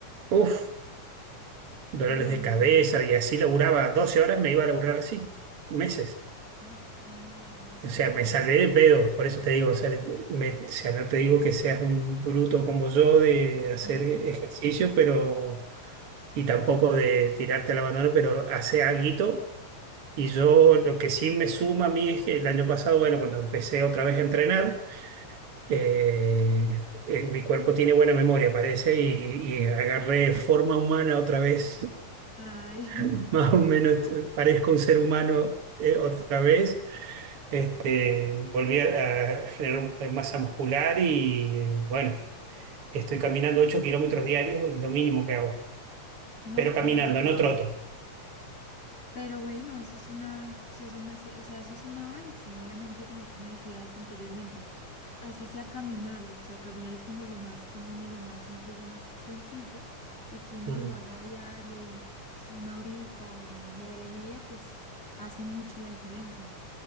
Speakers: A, on the right; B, on the left.
A: Uf, dolores
B: Ay,
A: de
B: no,
A: cabeza
B: no.
A: y así laburaba 12 horas, me iba a laburar así, meses.
B: Uy, no, demasiado.
A: O sea, me salvé de pedo, por eso te digo, o sea, de- me- o sea, no te digo que seas un bruto como yo de hacer
B: <laughs>
A: ejercicio, pero, y tampoco de tirarte al abandono, pero hace alguito. Y yo lo que sí me suma a mí es que el año pasado, bueno, cuando empecé otra vez a entrenar, eh, eh, mi cuerpo tiene buena memoria, parece, y, y agarré forma humana otra vez,
B: Ay,
A: <laughs> más o menos, eh, parezco un ser humano eh, otra vez Este, volví a, a generar un- eh, masa muscular y eh, bueno, estoy caminando 8 kilómetros diarios, es lo mínimo que hago,
B: no,
A: pero
B: claro,
A: caminando,
B: claro.
A: no troto.
B: Pero bueno, eso es una, eso es una, se- o sea, eso es un avance, obviamente, como tú me decías anteriormente, así sea caminar, o sea, caminar es como lo más común y lo más, incluso más sencillo, y que uno
A: Mm,
B: lo haga a diario y es una horita, una hora y media, pues hace mucho la diferencia.